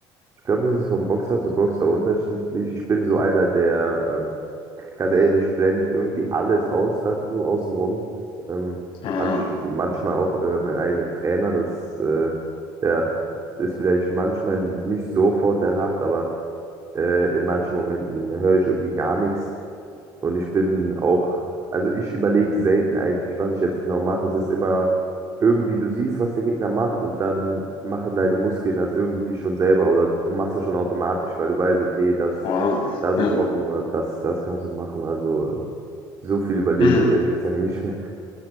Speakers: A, on the right; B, on the left.
A: ich glaube, das ist vom Boxer zu Boxer unterschiedlich. Ich bin so einer, der, ähm, Ganz ehrlich, ich blende irgendwie alles aus, dann so außenrum. Ähm,
B: Ah,
A: manch, manchmal auch äh, mein eigener Trainer, das äh, ja, ist vielleicht manchmal nicht so vorteilhaft, aber äh, in manchen Momenten höre ich irgendwie gar nichts. Und ich bin auch, also ich überlege selten eigentlich, was ich jetzt genau mache. Es ist immer irgendwie, du siehst, was der Gegner macht und dann machen deine Muskeln das irgendwie schon selber oder du machst das schon automatisch, weil du weißt, okay, das.
B: wow.
A: Das
B: Ja.
A: ist offen oder das, das kannst du machen. Also so viel überlege
B: Mm,
A: ich ehrlich gesagt nicht mehr.